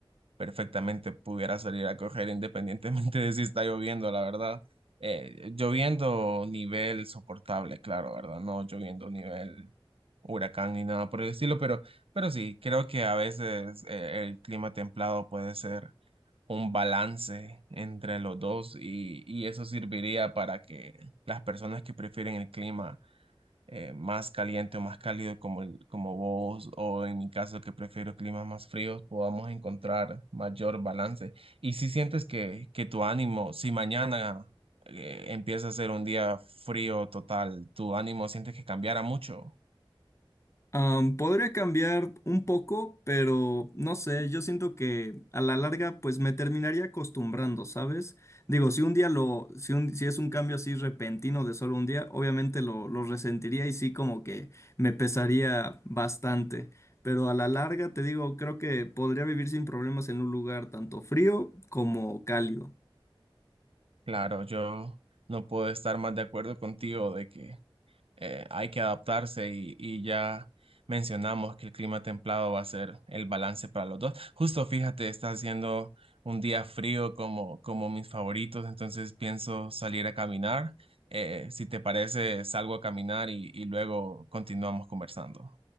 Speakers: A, on the right; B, on the left.
A: perfectamente pudiera salir a correr independientemente <laughs> de si está lloviendo, la verdad. Eh, lloviendo nivel soportable, claro, ¿verdad? No lloviendo nivel huracán ni nada por el estilo, pero, pero sí, creo que a veces eh, el clima templado puede ser un balance entre los dos y, y eso serviría para que las personas que prefieren el clima eh, más caliente o más cálido como, el- como vos o en mi caso que prefiero climas más fríos, podamos encontrar mayor balance. Y si sientes que, que tu ánimo, si mañana eh, empieza a ser un día frío total, tu ánimo sientes que cambiara mucho.
B: Am, podría cambiar un poco, pero no sé, yo siento que a la larga pues me terminaría acostumbrando, ¿sabes? Digo, si un día lo, si un- si es un cambio así repentino de solo un día, obviamente lo, lo resentiría y sí como que me pesaría bastante, pero a la larga te digo, creo que podría vivir sin problemas en un lugar tanto frío como cálido.
A: Claro, yo no puedo estar más de acuerdo contigo de que eh, hay que adaptarse y, y ya mencionamos que el clima templado va a ser el balance para los dos. Justo fíjate, está haciendo un día frío como, como mis favoritos, entonces pienso salir a caminar. Eh, si te parece, salgo a caminar y, y luego continuamos conversando.